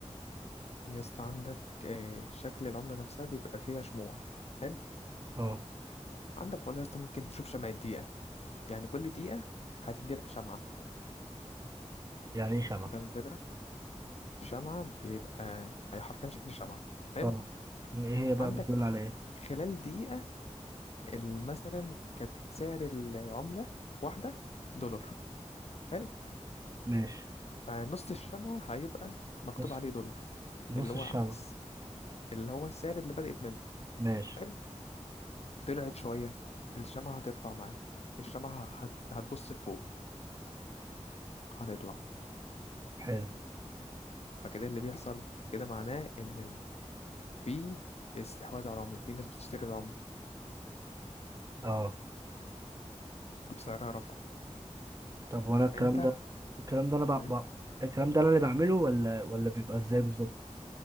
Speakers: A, on the left; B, on the right.
A: يا اسطى عندك آه، شكل العملة نفسها بيبقى فيها شموع حلو
B: اه
A: عندك والله يا اسطى ممكن تشوف شمعة دقيقة يعني كل دقيقة هتديلك شمعة
B: يعني ايه شمعة
A: فاهم الفكرة؟ شمعة بيبقى هي حرفيا شكل شمعة حلو
B: اه م- ايه هي بقى
A: عندك
B: بتدل على
A: ف-
B: ايه
A: خلال دقيقة ال- مثلا كانت سعر العملة واحدة دولار حلو
B: ماشي
A: فنص الشمعة هيبقى مكتوب
B: نص
A: عليه دولار
B: نص
A: اللي هو
B: الشمعة
A: س- اللي هو السعر اللي بدأت منه
B: ماشي
A: حلو طلعت شوية الشمعة هترفع معاه الشمعة هت... هتبص لفوق هتطلع
B: حلو
A: فكده اللي بيحصل كده معناه إن ال- في استحواذ على العملة في ناس بتشتري العملة
B: اه
A: بسعرها رفع
B: طب وانا الكلام
A: فأنت
B: ده الكلام ده انا بع...
A: مم،
B: بع... الكلام ده انا اللي بعمله ولا ولا بيبقى ازاي بالظبط